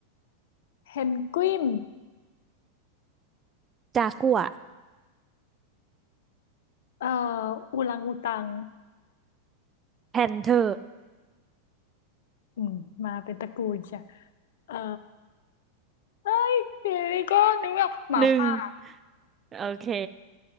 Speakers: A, on the left; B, on the right.
A: เพนกวิน
B: จากัวร์
A: เอ่ออูรังอูตัง
B: แพนเธอร์
A: อืมมาเป็นตระกูลใช่เอ่อ เอ้ยทีนี้ก็นึกไม่ออกหมาป่า
B: หนึ่งโอเค